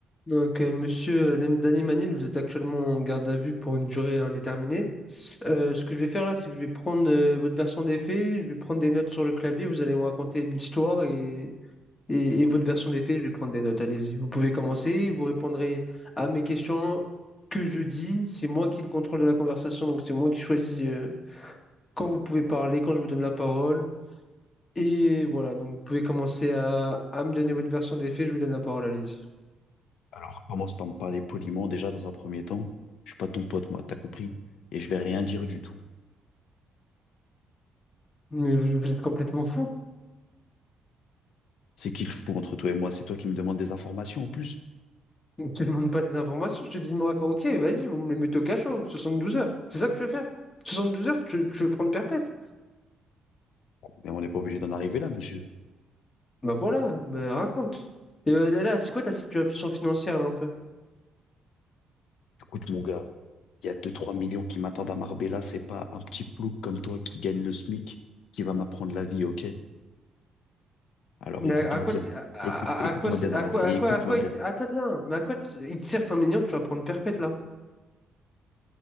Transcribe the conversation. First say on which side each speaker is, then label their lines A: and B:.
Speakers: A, on the left; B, on the left.
A: Donc, euh, monsieur Lemdani Manil, vous êtes actuellement en garde à vue pour une durée indéterminée. Euh, ce que je vais faire là, c'est que je vais prendre euh, votre version des faits, je vais prendre des notes sur le clavier, vous allez me raconter l'histoire et, et, et votre version des faits, je vais prendre des notes. Allez-y, vous pouvez commencer, vous répondrez à mes questions que je dis. C'est moi qui ai le contrôle de la conversation, donc c'est moi qui choisis euh, quand vous pouvez parler, quand je vous donne la parole. Et voilà, donc vous pouvez commencer à, à me donner votre version des faits, je vous donne la parole, allez-y.
B: Alors, commence par me parler poliment déjà dans un premier temps. Je suis pas ton pote, moi, t'as compris? Et je vais rien dire du tout.
A: Mais vous, vous êtes complètement fou.
B: C'est qui le fou entre toi et moi? C'est toi qui me demandes des informations en plus.
A: Ne te demande pas des informations, je te dis de me raconter. Ok, vas-y, vous me les mettez au cachot, 72 heures. C'est ça que tu veux faire? 72 heures, tu, tu veux prendre perpète?
B: Mais on n'est pas obligé d'en arriver là, monsieur.
A: Bah voilà, bah raconte. Et euh, là, là, c'est quoi ta situation financière là, un peu?
B: Écoute, mon gars, il y a deux trois millions qui m'attendent à Marbella. C'est pas un petit plouc comme toi qui gagne le SMIC qui va m'apprendre la vie, ok? Alors
A: Mais
B: écoute-moi
A: à, à quoi,
B: bien.
A: t- à, à-
B: Écoute, écoute-moi
A: à quoi, c'est-
B: bien dans
A: à
B: l'oreille.
A: quoi, à
B: et
A: quoi,
B: Écoute-moi
A: à quoi,
B: bien.
A: il te- attends, attends, mais à quoi t- il te sert ton mignon tu vas prendre perpète là?